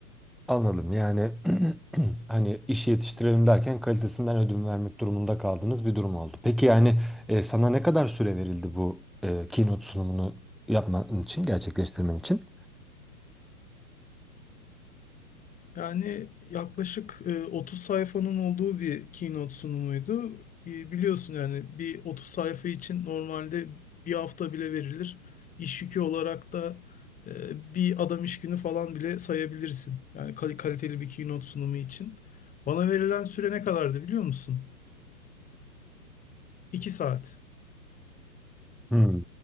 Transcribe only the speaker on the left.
Yani yaklaşık e, 30 sayfanın olduğu bir keynote sunumuydu. E, Biliyorsun yani bir 30 sayfa için normalde bir hafta bile verilir. İş yükü olarak da e, bir adam iş günü falan bile sayabilirsin. Yani kal- kaliteli bir keynote sunumu için. Bana verilen süre ne kadardı biliyor musun? 2 saat.